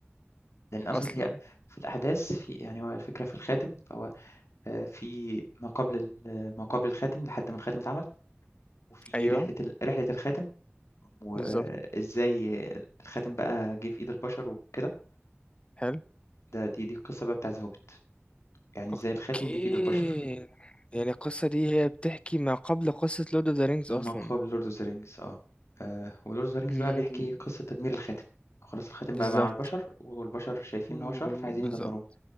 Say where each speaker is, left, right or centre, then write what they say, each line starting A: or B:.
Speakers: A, on the left (about 85°); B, on the left (about 25°).
A: لأن أصلًا
B: اصلا
A: هي في الأحداث في يعني هو الفكرة في الخاتم، فهو آآ في ما قبل ال آه، ما قبل الخاتم لحد ما الخاتم اتعمل، وفي
B: ايوه
A: رحلة ال رحلة الخاتم، وإزاي
B: بالظبط
A: الخاتم بقى جِه في إيد البشر وكده،
B: حلو
A: ده دي دي القصة بقى بتاع The Hobbit، يعني إزاي
B: اوكي
A: الخاتم جِه في إيد البشر،
B: يعني القصة دي هي بتحكي ما قبل قصة لورد اوف ذا رينجز
A: ما
B: اصلا
A: قبل Lord of the Rings آه، آآ وLord of the Rings
B: امم
A: بقى بيحكي قصة تدمير الخاتم، خلاص الخاتم
B: بالظبط
A: بقى مع البشر، والبشر شايفين
B: و-
A: إن هو شر فعايزين
B: بالظبط
A: يدمروه.